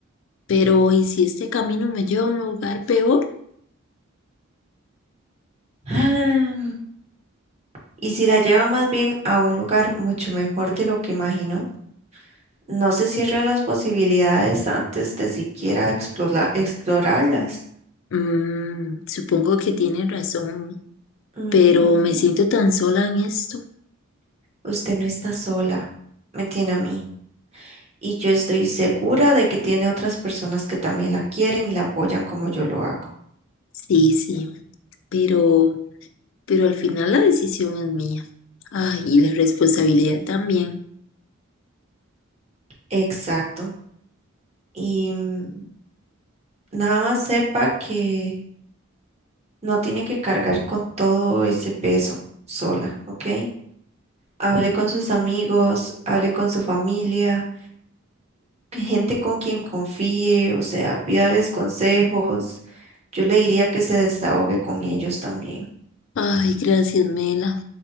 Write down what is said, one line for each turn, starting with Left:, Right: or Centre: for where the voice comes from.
Left: pero ¿y si este camino me lleva a un lugar peor?
Right: Ah, Y si la lleva más bien a un lugar mucho mejor de lo que imaginó, no se cierre a las posibilidades antes de siquiera explora- explorarlas.
Left: Mm, supongo que tiene razón,
Right: Ujú.
Left: pero me siento tan sola en esto.
Right: Usted no está sola. Me tiene a mí. y yo estoy segura de que tiene otras personas que también la quieren y la apoyan como yo lo hago.
Left: Sí, sí, pero, pero al final la decisión es mía. Ay, y la responsabilidad también.
Right: Exacto. Y mm, nada más sepa que no tiene que cargar con todo ese peso sola, ¿ok? Hable con sus amigos, hable con su familia, que gente con quien confíe, o sea, pídales consejos. Yo le diría que se desahogue con ellos también.
Left: Ay, gracias, Mela.